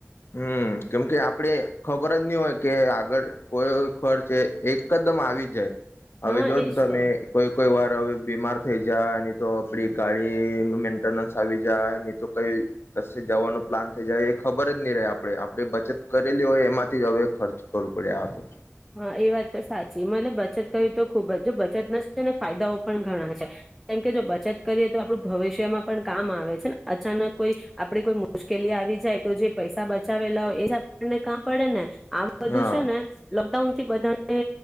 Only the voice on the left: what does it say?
હમ કેમ કે આપડે ખબર જ નહી હોય કે આગળ કોઈ ખર્ચ એ એકદમ આવી જાય. હવે
જો
ને તમે
કોઈ કોઈ વાર હવે બીમાર થઈ જાય નહી તો આપડી ગાડી નું મેન્ટેનન્સ આવી જાય નહી તો કઈ ક જવાનું પ્લાન થઈ જાય એ ખબર નહી રહે આપણેે આપે બચત કરેલી હોય એમાંથી હવે ખર્ચ કરવું પડે આ તો.
હા